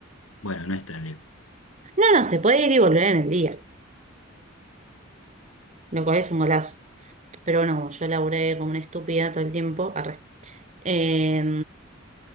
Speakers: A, on the left; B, on the right.
A: Bueno, no es tan lejos.
B: No, no, se puede ir y volver en el día, lo cual es un golazo. Pero no, yo laburé como una estúpida todo el tiempo. arre. Eh,